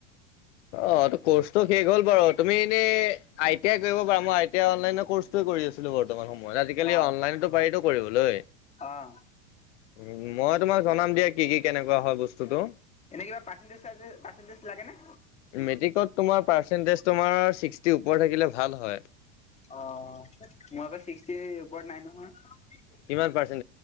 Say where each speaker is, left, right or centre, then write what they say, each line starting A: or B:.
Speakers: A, on the left; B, on the left.
A: অ কৰ্চটো শেষ হল বাৰু তুমি এনে আই টি আই কৰিব পাৰা মই আই টিই অনলাইনৰচ ছিল বৰ্তমান সময়ত আজিকালি
B: অ'
A: অনলাইনতো পাৰিতো কৰিবলৈ।
B: অ'
A: উ মই তোমাক জনাম দিয়া কি কি কেনেকুৱা হয় বস্তুটো
B: এনে কিবা পাৰ্চনটেজ-পাৰ্চেন্টজ লাগে নে?
A: মেট্ৰিক ত পাৰ্চেনডেনছ তোমাৰ সীষ্টি ওপৰত থাকিলে ভাল হয়।
B: অ মোৰ আৌ চিক্সিৰ ওপৰত নাই নহয়
A: কিমান পাৰ্চেট